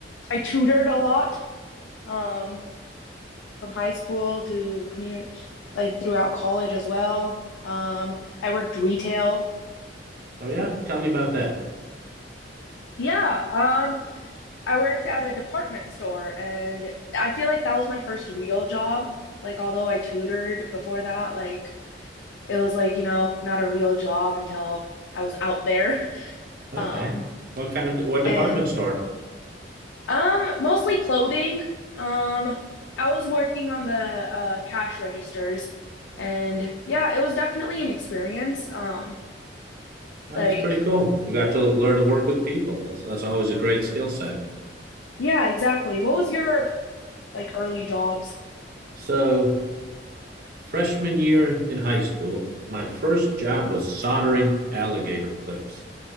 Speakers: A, on the left (about 90°); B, on the right (about 55°).
A: I tutored a lot, um, from high school to community, like throughout college as well. Um, I worked retail.
B: Oh yeah, tell me about that.
A: Yeah, um, I worked at a department store, and I feel like that was my first real job. Like, although I tutored before that, like it was like, you know, not a real job until I was out there. <laughs>
B: Okay.
A: Um,
B: What kind of what department
A: and
B: store?
A: Um, mostly clothing. Um, I was working on the uh, cash registers, and yeah, it was definitely an experience. Um,
B: Oh,
A: like
B: that's pretty cool. You got to learn to work with people. That's that's always a great skill set.
A: yeah, exactly. What was your like early jobs?
B: So, freshman year in high school, my first job was soldering alligator clips.